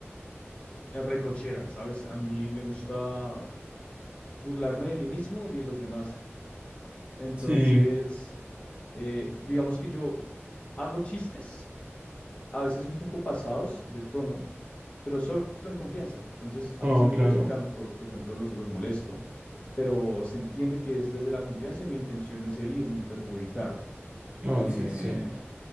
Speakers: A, on the left; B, on the right.
A: en recochera, ¿sabes? A mí me gusta burlarme de mí mismo y de los demás. Entonces,
B: Sí,
A: eh, digamos que yo hago chistes, a veces un poco pasados de tono, pero solo en confianza. Entonces, a
B: no,
A: mis amigos
B: claro.
A: cercanos, por, por ejemplo, los, los molesto, pero se entiende que es desde la confianza y mi intención no es herir ni perjudicar.
B: No,
A: Eh,
B: sí, sí.